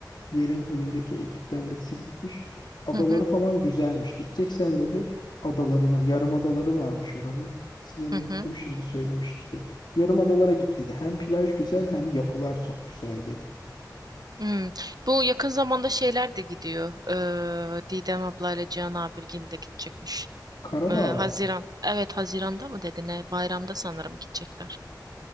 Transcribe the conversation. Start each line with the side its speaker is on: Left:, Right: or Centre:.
Left: yerin önündeki ekipten birisi gitmiş. Adaları
Right: Hı hı,
Left: falan güzelmiş. Gidecek sen dedi adalarına. Yarım adaları varmış oranın. İsimlerini
Right: hı
Left: unuttum
Right: hı.
Left: şimdi söylemişti de. Yarım adalara git dedi. Hem plaj güzel hem yapılar çok güzel dedi.
Right: Hmm. Bu yakın zamanda şeyler de gidiyor. Ee, Didem ablayla Cihan Abirgil de gidecekmiş.
Left: Karadağ
Right: Ee, Haziran.
Left: mı?
Right: Evet Haziran'da mı dedi ne? Bayramda sanırım gidecekler.